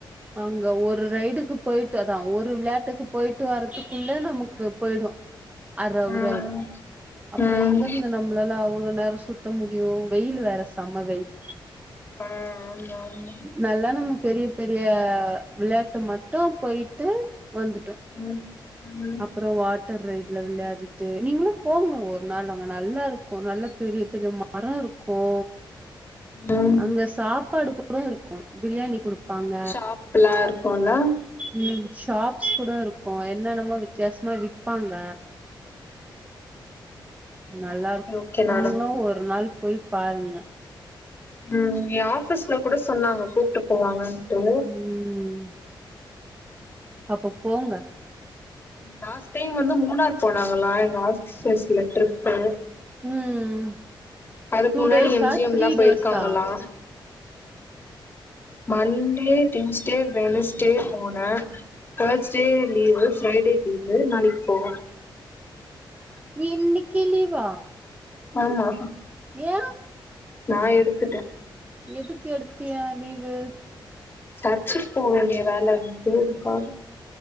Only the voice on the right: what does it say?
அங்க ஒரு ரைடுக்கு போயிட்டு அதா ஒரு விளயாட்டுக்கு போயிட்டு வரறதுக்குள்ள நமக்கு போய்டு அர
அவுரு
ஆயிடு அப்றோ
எங்க இருந்து நம்ளாலா அவ்ளோ நேரோ சுத் சுத்த முடியு வெயிலு வேற செம வெயில்
நல்லா நம்ம பெரிய பெரிய விளையாட்டு மட்டு போயிட்டு வந்துட்டோ
அப்புறோ வாட்டர் ரைடுல விளையாடிட்டு நீங்ளு போங்கோ ஒர் நாள் அங்க நல்லாருக்கு நல்லா பெரிய பெரிய ம மரோருக்கோ
அங்க சாப்பாடு கூட இருக்கு பிரியாணி குடுக் பாங்க
ம் ஷாப்ஸ் கூடருக்கோ என்னன்னமோ வித்தியாசமா விப்பாங்க நல்லாருக்
நீங்ளு ஒரு நாள் போய் பாருங்க
ம் அப்போ போங்க
ம்
டூ
டேஸா
த்ரீ
டேஸா
இன்னிக்கி லீவா
ஏ
எதுக் எடுத்திய லீவு